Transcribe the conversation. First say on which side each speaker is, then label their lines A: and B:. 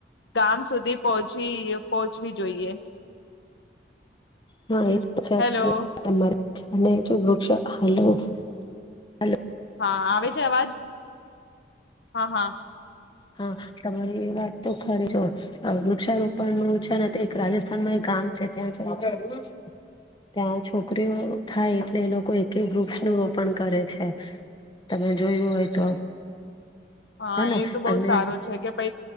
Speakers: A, on the left (about 75°); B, on the left (about 25°).
A: ગામ સુધી પહો પછી પહોંચવી જોઈએ.
B: હા.
A: હેલો.
B: <inaudible> અને જો વૃક્ષો હાલો હાલ
A: હા આવે છે અવાજ? હા હા.
B: હા. તમારી એ વાત તો ખરી જો આ વૃક્ષારોપણ નું છે ને એક રાજસ્થાનમાં એક ગામ છે ત્યાં <inaudible> ત્યાં છોકરીઓ થાય એટલે એ લોકો એક વૃક્ષ નું રોપણ કરે છે તમે જોયું તો.
A: હા
B: હેને
A: એ તો બઉ
B: અને
A: સારો છે કે પાઈ